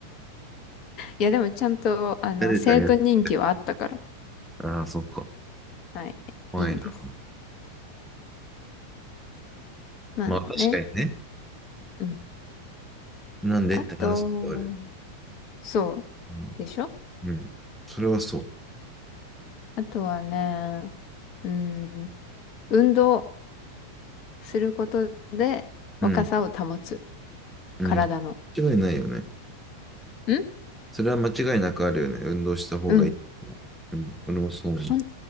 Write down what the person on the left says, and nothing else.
いや、でもちゃんと、あの、
生徒人気はあったから、
はい、
いいんです。まあね、
うん。
あと、そう、
でしょ
あとはね、うん、運動。することで若さを保つ。
体の。
ん
うん。
ほん、